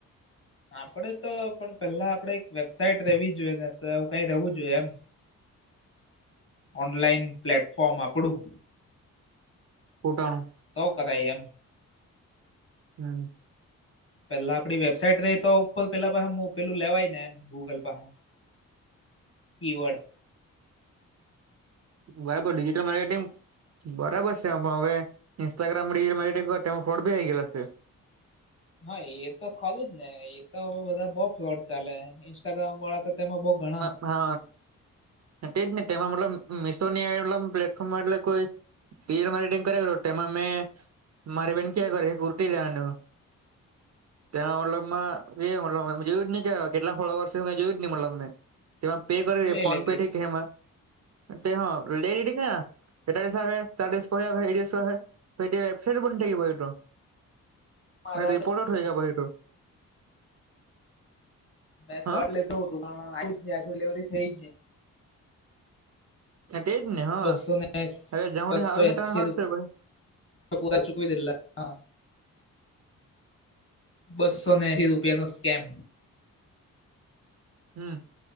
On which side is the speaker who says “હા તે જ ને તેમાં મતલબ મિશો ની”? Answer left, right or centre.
Right